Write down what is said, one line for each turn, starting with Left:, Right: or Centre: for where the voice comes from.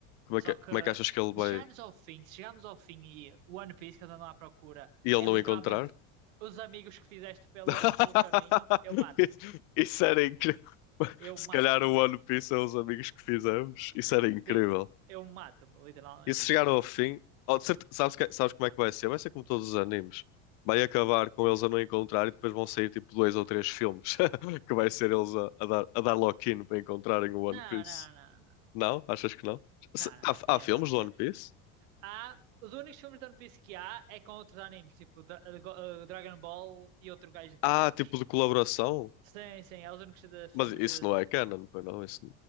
Left: Como
Right: Só
Left: é que, é,
Right: que
Left: como é que achas que ele vai
Right: se chegarmos ao fim, se chegarmos ao fim e o One Piece que eu ando à procura
Left: e ele
Right: é
Left: não
Right: literalmente
Left: encontrar?
Right: os amigos que fizeste pela,
Left: <laughs>
Right: pelo caminho, eu mato-me.
Left: Isso isso era incrível. <laughs>
Right: Eu
Left: Se
Right: mato-me.
Left: calhar o One Piece é os amigos que fizemos. Isso era incrível.
Right: Tipo, eu mato-me, literalmente.
Left: E se chegar ao fim, oh, de certe- sabes, que- sabes como é que vai ser? Vai ser como todos os animes. Vai acabar com eles a não encontrar e depois vão sair tipo dois ou três filmes <laughs> que vai ser eles a, a dar, a dar lock-in para encontrarem o One
Right: Não,
Left: Piece.
Right: não, não, não.
Left: Não? Achas que não?
Right: Não,
Left: Se-
Right: não,
Left: Há,
Right: isso não
Left: há
Right: ia
Left: filmes
Right: acontecer.
Left: do One Piece?
Right: Há, os únicos filmes de One Piece que há é com outros animes, tipo Dra- eh, Go- eh, Dragon Ball e outro gajo de
Left: Há
Right: socos.
Left: tipo de colaboração?
Right: Sim, sim, é os únicos de filmes
Left: Mas isso
Right: de.
Left: não é canon, pois não? Isso,